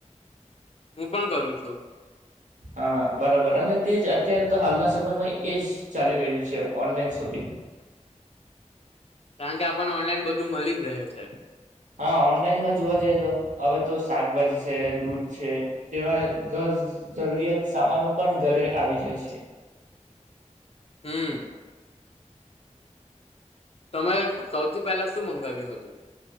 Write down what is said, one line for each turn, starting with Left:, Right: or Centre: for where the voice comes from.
Left: હું પણ કરું છું
Right: હા બરાબર અને તે જ અત્યારે તો હાલના સમયમાં એજ ચાલી રહ્યું છે ઓનલાઈન શોપિંગ
Left: કારણ કે આપને ઓનલાઈન બધું મળી જ રહે છે
Right: હા ઓનલાઈનમાં જોવા જઈએ તો હવે તો શાકભાજી છે દૂધ છે તેવા ઘર જરૂરિયાત સામાનો પણ ઘરે આવી જાય છે
Left: હમ તમે સૌથી પહેલા શું મંગાવ્યું હતું